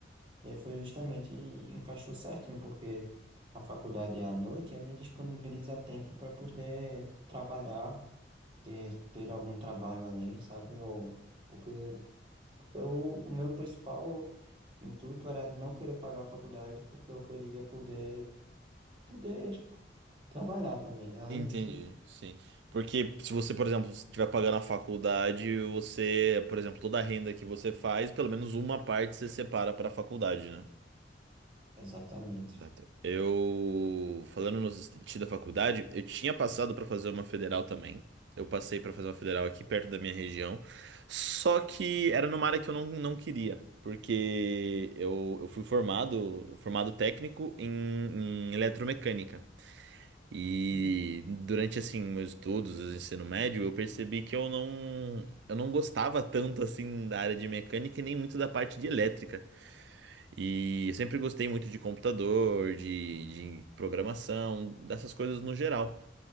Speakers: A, on the right (about 25°); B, on the right (about 70°).
A: e aí foi justamente, encaixou certinho, porque a faculdade é à noite e aí me disponibiliza tempo para poder trabalhar ter, ter algum trabalho além, sabe? Eu, porque eu, o meu principal intuito era não querer pagar a faculdade porque eu queria poder, poder, tipo, trabalhar também. Além
B: Entendi,
A: disso,
B: sim. Porque se você, por exemplo, estiver pagando a faculdade, você, por exemplo, toda a renda que você faz, pelo menos uma parte você separa pra faculdade, né?
A: exatamente.
B: Exato. Eu, falando no sentido da faculdade, eu tinha passado pra fazer uma federal também. Eu passei pra fazer uma federal aqui perto da minha região. Só que era numa área que eu não, não queria, porque eu, eu fui formado, formado técnico em, em eletromecânica. E
A: Hum,
B: durante assim meus estudos, o ensino médio, eu percebi que eu não eu não gostava tanto assim da área de mecânica e nem muito da parte de elétrica. E eu sempre gostei muito de computador, de, de programação, dessas coisas no geral.